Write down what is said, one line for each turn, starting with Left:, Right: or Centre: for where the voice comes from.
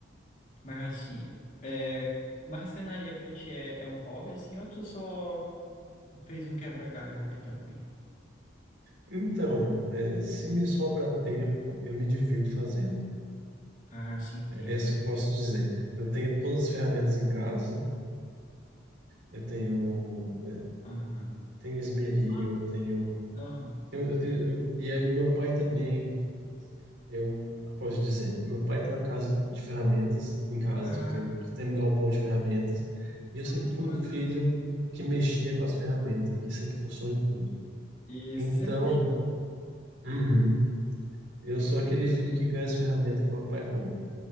Left: Mas assim, é, marcenaria pra ti é, é um hobby, assim, ou tu só fez um quebra-galho rapidão aí?
Right: Então, é, se me sobra tempo, eu me divirto fazendo.
Left: Ah, sim, entendo.
Right: É, essa eu posso dizer. Eu tenho todas as ferramentas em casa. Eu tenho, é,
Left: Aham.
Right: tenho esmeril,
Left: Nossa,
Right: eu tenho,
Left: Aham.
Right: eu, eu tenho, eu- e aí meu pai também. Eu, o que eu posso dizer? Meu pai tem uma casa de ferramentas em casa,
Left: Ah,
Right: tipo, tem,
Left: cara,
Right: tem um galpão de ferramentas. E
Left: isso
Right: eu sempre
Left: é muito
Right: fui
Left: massa.
Right: o filho que mexia com as ferramentas, que sempre forçou em tudo.
Left: Isso,
Right: Então,
Left: sempre tem. um, né?
Right: uhum, eu sou aquele filho que ganha as ferramentas que meu pai compra.